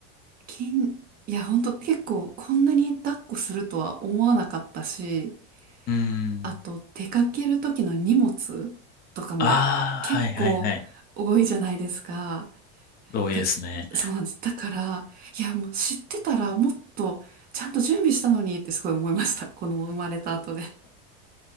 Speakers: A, on the right (about 30°); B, on the left (about 30°).
A: 筋、いや本当結構こんなに抱っこするとは思わなかったし、
B: うーん。
A: あと出かける時の荷物とかも結構多いじゃないですか。
B: ああ、はいはいはい。同意ですね。
A: だ、そうなんです。だから、いや、もう知ってたらもっとちゃんと準備したのにってすごい思いました。<laughs> この生まれた後で。